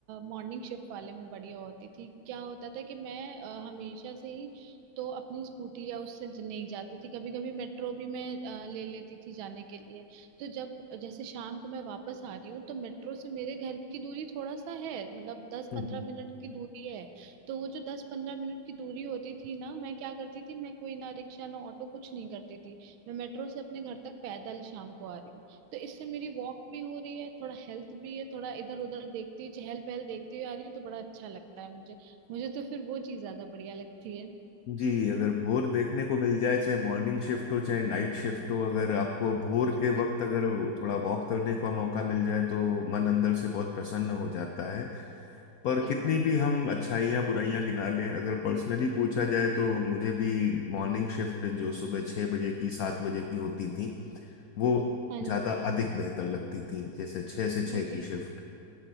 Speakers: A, on the right; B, on the left.
A: मॉर्निंग शिफ्ट वाले में बढ़िया होती थी क्या होता था कि मैं अ, हमेशा से ही तो अपनी स्कूटी या उससे ज- नहीं जाती थी कभी कभी मेट्रो भी मैं अ, ले लेती थी जाने के लिए तो जब जैसे शाम को मैं वापस आ रही हूँ तो मेट्रो से मेरे घर की दूरी थोड़ा सा है मतलब दस
B: हम्म
A: पंद्रह मिनट की दूरी है तो वो जो दस पंद्रह मिनट की दूरी होती थी ना मैं क्या करती थी मैं कोई ना रिक्शा ना ऑटो कुछ नहीं करती थी मैं मेट्रो से अपने घर तक पैदल शाम को आ रही हूँ तो इससे मेरी वॉक भी हो रही है थोड़ा हेल्थ भी है थोड़ा इधर उधर देखती चहल पहल देखती हुई आ रही हूँ तो बड़ा अच्छा लगता है मुझे मुझे तो फिर वो चीज ज्यादा बढ़िया लगती है
B: जी अगर भोर देखने को मिल जाए चाहे मॉर्निंग शिफ्ट हो चाहे नाइट शिफ्ट हो अगर आपको भोर
A: हाँ जी
B: के वक्त अगर थोड़ा वॉक करने का मौका मिल जाए तो मन अंदर से बहुत प्रसन्न हो जाता है पर
A: सही
B: कितनी
A: बात
B: भी
A: है
B: हम अच्छाइयाँ बुराइयाँ गिना लें अगर पर्सनली पूछा जाए तो मुझे भी मॉर्निंग शिफ्ट जो सुबह छः बजे की सात बजे की होती थी वो
A: हाँ
B: ज़्यादा
A: जी
B: अधिक बेहतर लगती थी जैसे छः से छः
A: मुझे
B: की शिफ्ट